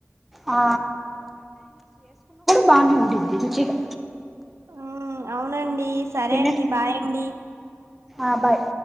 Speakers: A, in the centre; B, on the right.
A: ఆ బానే ఉండిద్ది రుచిగా
B: ఆ అవునండి సరే
A: తినే
B: అండి బాయ్ అండి
A: ఆ బాయ్